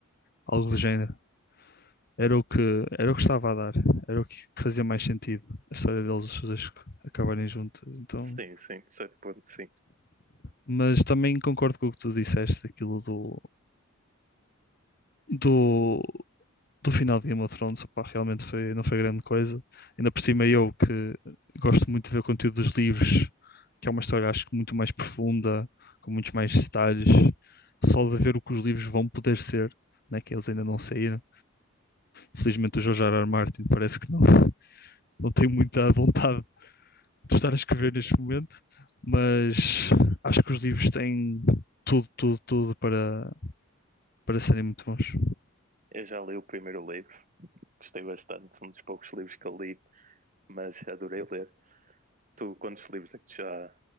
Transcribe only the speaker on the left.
algo do género. Era o que, era o que estava a dar, era o que fazia mais sentido, a história deles os dois acabarem juntos, então,
mas também concordo com o que tu disseste, aquilo do, do, do final de Game of Thrones, opá, realmente foi, não foi grande coisa, ainda por cima eu que gosto muito de ver o conteúdo dos livros, que é uma história acho que muito mais profunda, com muitos mais detalhes, só de ver o que os livros vão poder ser, né, que eles ainda não saíram, infelizmente o George R. R. Martin parece que não não tenho muita vontade de estar a escrever
neste momento, mas acho que os livros têm tudo, tudo, tudo para, para serem muito bons.